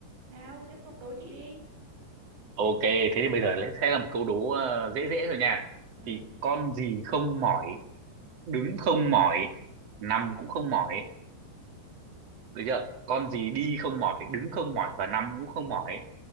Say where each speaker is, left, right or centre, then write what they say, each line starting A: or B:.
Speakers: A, on the right; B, on the right.
A: nào tiếp tục đố chị đi
B: Ok, thế thì bây giờ sẽ là một câu đố ờ, dễ dễ thôi nha.
A: ừ
B: Thì con gì không mỏi, đứng không mỏi, nằm cũng không mỏi, được chưa? Con gì đi không mỏi, đứng không mỏi và nằm cũng không mỏi.